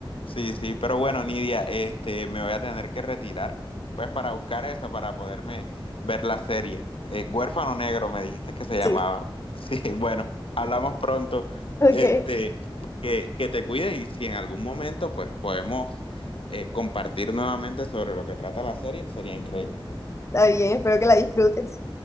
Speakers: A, on the left; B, on the left.
A: Sí, sí, pero bueno, Nidia, este, me voy a tener que retirar, pues para buscar esa, para poderme ver la serie. Eh, Huérfano Negro, me dijiste que se llamaba.
B: Sí,
A: Sí, <laughs> bueno, hablamos pronto.
B: <laughs> ok,
A: Este, que, que te cuides y si en algún momento, pues podemos eh, compartir nuevamente sobre lo que trata la serie, sería increíble.
B: está bien, espero que la disfrutes.